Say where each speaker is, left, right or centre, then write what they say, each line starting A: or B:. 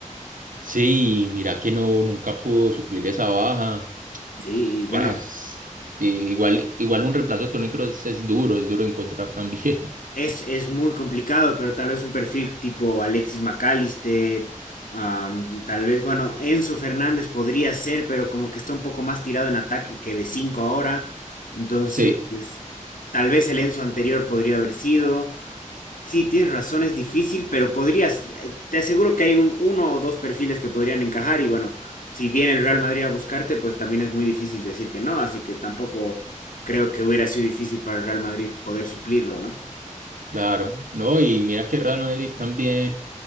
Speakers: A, on the right (about 85°); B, on the left (about 85°).
A: Sí, mira que no, nunca pudo suplir esa baja.
B: Sí, y bueno,
A: Ah, sí, igual, igual un reemplazo de Toni Kroos es duro, es duro encontrar también. <laughs>
B: Es, es muy complicado, pero tal vez un perfil tipo Alexis McAllister, am, tal vez, bueno, Enzo Fernández podría ser, pero como que está un poco más tirado en ataque que de 5 ahora. Entonces,
A: Sí,
B: tal vez el Enzo anterior podría haber sido. Sí, tienes razón, es difícil, pero podrías, eh, te aseguro que hay un, uno o dos perfiles que podrían encajar y bueno, si viene el Real Madrid a buscarte, pues también es muy difícil decir que no, así que tampoco creo que hubiera sido difícil para el Real Madrid poder suplirlo, ¿no?
A: claro. No, y mira que Real Madrid también.